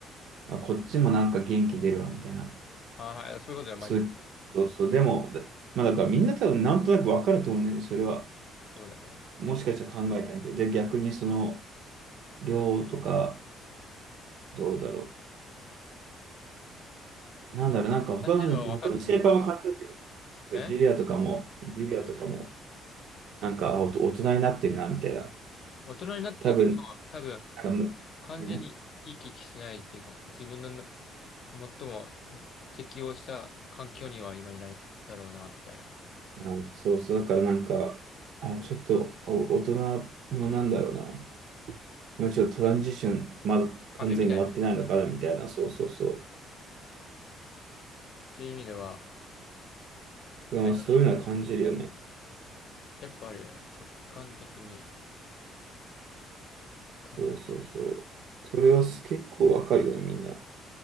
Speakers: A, on the right (about 70°); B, on the left (about 50°).
A: あ、こっちもなんか元気出るわ、みたいな。
B: ああ、はい。そういうことはマジで。
A: そういう、そうそう。でも、だまあだからみんな多分なんとなくわかると思うんだよね。それは。
B: そうだね。
A: もしかしたら考えたんだけど。で、逆にその、量とか、どうだろう。なんだろう、
B: うん。
A: なんか他の、
B: 感じるのは分かっても。
A: 他の先輩も感じたけど、
B: え
A: なんかジュリアとかも、ジュリアとかも、
B: うん。
A: なんか、あ、おと大人になってるな、みたいな。
B: 大人になっていくと多分
A: 多分、なんかむ、
B: 完全に生き生きしてないっていうか、
A: ね、
B: 自分の最も適応した環境には今いないだろうな、みたいな。
A: あの、そうそう、だからなんか、あ、ちょっと、お、大人の、なんだろうな、もうちょっとトランジション、まだ完全に終わってないのかな、
B: 壁みたいなね。っ
A: みたいな、そうそうそ
B: ていう意味では、
A: う。
B: まあ、
A: だからまあ、
B: いろんな、
A: そういうのは感じるよね。
B: やっぱあるよね。直感的に。完全に。
A: そうそうそう。それは結構わかるよね、みんな。